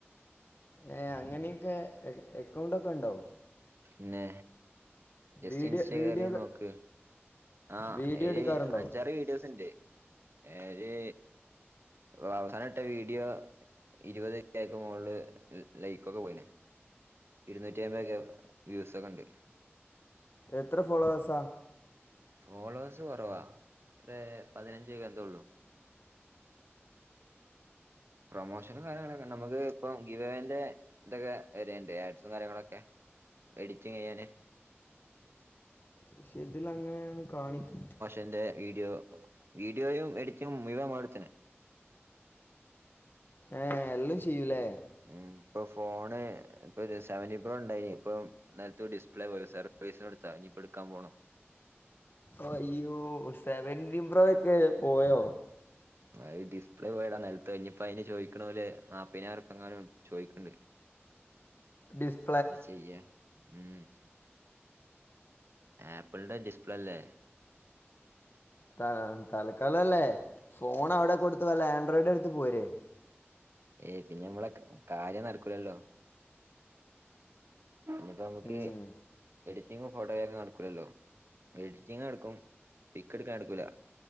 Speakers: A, on the left; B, on the right.
A: ഏഹ് അങ്ങനെയൊക്കെ അക്കൗണ്ടൊക്കെ ഉണ്ടോ
B: പിന്നെ ജസ്റ്റ്
A: വീഡിയോ
B: ഇൻസ്റ്റ
A: വീഡിയോ
B: കയറി നോക്ക് ആഹ്
A: വീഡിയോ
B: ഏഴ്
A: എടുക്കാറുണ്ടോ
B: അഞ്ചാറ് വീഡിയോസ് ഉണ്ട് ഏഴ് അപ്പൊ അവസാന ഇട്ട വീഡിയോ ഇരുപത് ആക്കുമ മോകളില് ലൈക്ക്ക്കെ പോയിന ഇരുന്നൂറ്റി അമ്പതൊക്കെ വ്യൂസ ഒക്കെ ഉണ്ട്
A: എത്ര ഫോളോവേഴ്സാ
B: ഫോളോവേഴ്സ് കുറവാ ഇത്രേ പതിനഞ്ച് എന്തേ ഉള്ളു പ്രൊമോഷനും കാര്യങ്ങളൊക്കെ നമുക്ക് ഇപ്പം <unintelligible> എന്തൊക്കെ വരണ്ട് ആഡ്സും കാര്യങ്ങളൊക്കെ എഡിറ്റിംഗ് ചെയ്യാന്
A: പക്ഷെ ഇതില അങ്ങനെയാണ് കാണിക്കും
B: എന്റെ വീഡിയോ വീഡിയോയും എഡിറ്റും മുഴുവൻ <unintelligible>
A: ആഹ് എല്ലാം ചെയ്യൂലേ
B: ഉം ഇപ്പൊ ഫോണ് ഇപ്പൊ ഒരു സെവൻ ഇപോ ഉണ്ടായിന് ഇപ്പൊ നിലത്ത് വീണ് ഡിസ്പ്ലേ പോയി <unintelligible> എടുത്താ ഇനിപ്പോ എടുക്കാൻ പോണോ
A: ഓഹ് അയ്യോ സെവന്റി പ്രോ ഒക്കെ പോയോ
B: അത് ഡിസ്പ്ലേ പോയതാ നിലത്ത് കഴിഞ്ഞപ്പ അയിന് ചോദിക്കണ പോലെ നാപ്പിനാർക്കെ എങ്ങും ചോിക്കണ്ട്
A: ഡിസ്റ്റ്
B: എന്ത ചെയ്യാ ഉം ആപ്പിളിന്റെ ഡിസ്പ്ളല്ലേ
A: തൽ തൽക്കാലല്ലേ ഫോണ് അവിടെ കൊടുത്തോ നല്ല ആൻഡ്രോടെട്ത്ത് പോര്
B: ഏയ് പിന്നെ നമ്മളെ കാര്യം നടകൂലല്ലോ പ്പ നമുക്ക്
A: ഉം.
B: എഡിറ്റിങ്ങും ഫോട്ടോഗ്ര നടകൂലല്ലോ എഡിറ്റിംഗട് ക്കും പിക്ക് ഇട്ക്കാൻനട്ക്കൂല-